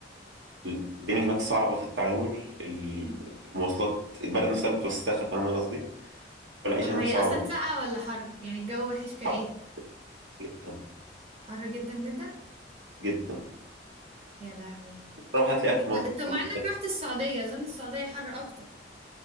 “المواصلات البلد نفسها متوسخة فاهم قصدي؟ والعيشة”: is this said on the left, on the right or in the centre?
Right